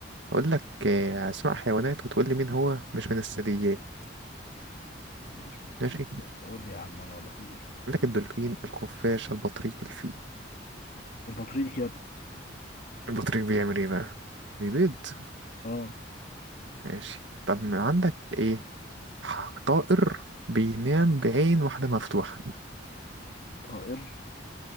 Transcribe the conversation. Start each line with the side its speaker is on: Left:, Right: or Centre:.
Right: اقول لك آه، اسماء حيوانات وتقول لي مين هو مش من الثدييات
Left: مش من الثدييات
Right: ماشي
Left: قول لي يا عم وانا اقول لك مين مش من الثدييات
Right: عندك الدولفين الخفاش البطريق الفيل
Left: البطريق يا ابني
Right: البطريق بيعمل ايه بقى بيبيض
Left: اه
Right: ماشي طب ما عندك ايه ح- طائر بينام بعين واحدة مفتوحة
Left: طائر